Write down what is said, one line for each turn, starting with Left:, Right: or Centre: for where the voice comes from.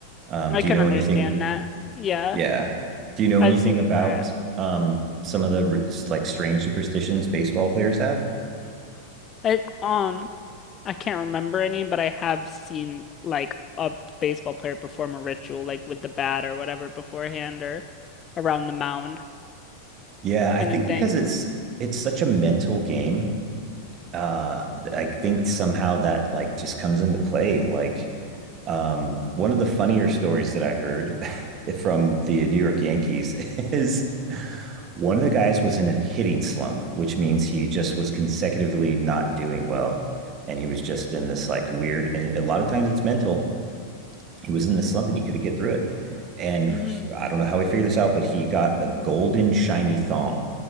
Right: Um,
Left: I
Right: do
Left: can
Right: you know
Left: understand
Right: anything?
Left: that. Yeah.
Right: Yeah. Do you know
Left: I've
Right: anything
Left: seen
Right: about
Left: I,
Right: um, some of the r- like strange superstitions baseball players have?
Left: I um I can't remember any, but I have seen like a baseball player perform a ritual, like with the bat or whatever beforehand or around the mound
Right: Yeah, I
Left: kind
Right: think
Left: of thing.
Right: because it's it's such a mental game, uh I think somehow that like just comes into play. Like Um, one of the funnier stories that I heard <laughs> from the New York Yankees <laughs> is one of the guys was in a hitting slump, which means he just was consecutively not doing well. And he was just in this like weird, and a lot of times it's mental. He was in the slump and he couldn't get through it. And
Left: hmm
Right: he, I don't know how he figured this out, but he got a golden shiny thong